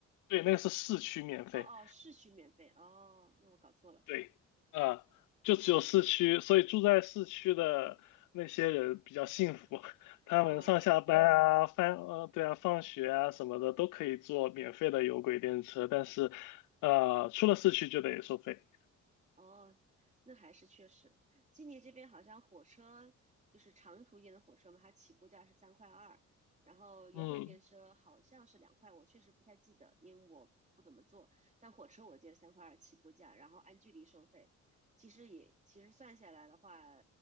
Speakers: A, on the left (about 85°); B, on the right (about 25°).
A: 对，那个是市区免费。
B: 哦哦，市区免费哦，那我搞错了。
A: 对，啊，就只有市区，所以住在市区的那些人比较幸福，<laughs> 他们上下班啊、
B: 哦，
A: 翻呃对啊、放学啊什么的都可以坐免费的有轨电车，但是呃，出了市区就得收费。
B: 哦，那还是确实，悉尼这边好像火车就是长途一点的火车嘛，它起步价是三块二，然后有轨电车好像是两块，
A: 嗯
B: 我确实不太记得，因为我不怎么坐。但火车我记得三块二起步价，然后按距离收费，其实也其实算下来的话